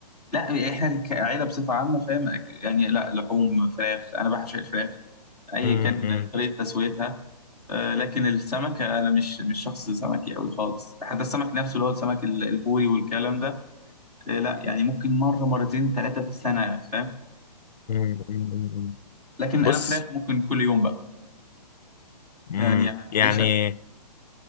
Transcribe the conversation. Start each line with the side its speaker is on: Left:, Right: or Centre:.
Centre: لا احنا كعيله بصفه عامه فاهم أك- يعني لا لحوم فراخ انا بعشق الفراخ اي
Left: امم
Centre: كان
Left: امم
Centre: طريقه تسويتها آه، لكن السمك انا مش مش شخص سمكي قوي خالص حتى السمك نفسه اللي هو السمك ال- البوري والكلام ده إيه، لا يعني ممكن مرة مرتين ثلاثة في السنة فاهم
Left: امم أمم، أمم.
Centre: لكن
Left: بص
Centre: أنا فراخ ممكن كل يوم بقى
Left: امم
Centre: يعني
Left: يعني
Centre: عيشة